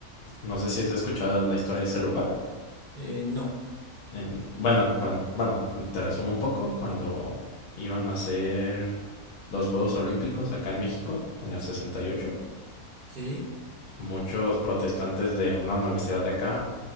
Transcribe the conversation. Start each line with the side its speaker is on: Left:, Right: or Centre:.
Left: no sé si has escuchado la historia de ese lugar.
Right: eh, no,
Left: En- bueno, cuan- bueno, te resumo un poco, cuando iban a hacer los Juegos Olímpicos acá en México, en el 68,
Right: sí,
Left: muchos protestantes de una universidad de acá